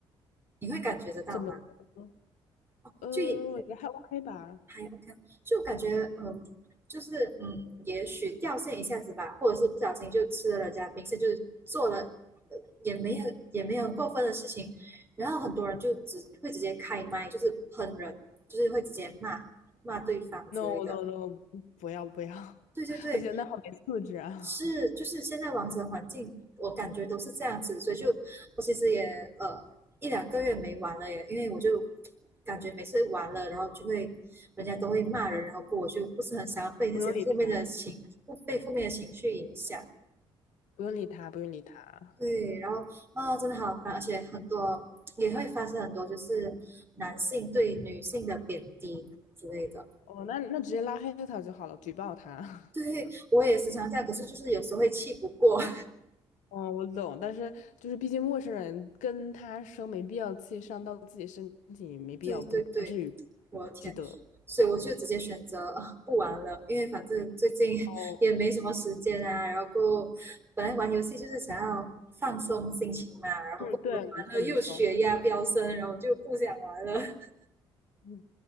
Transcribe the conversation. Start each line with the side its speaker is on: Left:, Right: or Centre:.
Right: 你会感觉得到吗？
Left: 怎么呢？
Right: 哦，
Left: 呃，
Right: 就也
Left: 我觉得还 OK 吧。
Right: 还 OK，啊就感觉嗯、呃就是嗯，也许掉线一下子吧，或者是不小心就吃了人家冰，是就是做了呃也没有也没有很过分的事情，然后很多人就直会直接开麦，就是喷人，就是会直接骂骂对方之类的。
Left: No no no，不要不要，
Right: 对对对，
Left: <laughs> 我觉得那好没素质啊！
Right: 是，就是现在网球环境，我感觉都是这样子，所以就我其实也呃一两个月没玩了耶，因为我就感觉每次玩了，然后就会人家都会骂人，然后过我就不是很想要被那些负面的情不被负面的情绪影响。
Left: <laughs> 不用理他，不用理他，不用理他。
Right: 对，然后啊、真的好烦，而且很多也会发生很多就是男性对女性的贬低之类的。
Left: 哦，那那直接拉黑他就好了，举报他。
Right: 对，
Left: <laughs>
Right: 我也时常这样，可是就是有时候会气不过。<laughs>
Left: 哦，我懂，但是就是毕竟陌生人跟他生没必要气，伤到自己身体没必要，
Right: 对对对。
Left: 不不至于，
Right: 我的天！
Left: 值得。
Right: 所以我就直接选择、啊不玩了，因为反正最近也没什么时间啊。
Left: 哦，
Right: 然后本来玩游戏就是想要放松心情嘛，然后玩了又血压飙升，
Left: 嗯，对，没错没错。
Right: 然后就不想玩了。<laughs>
Left: <laughs> 嗯，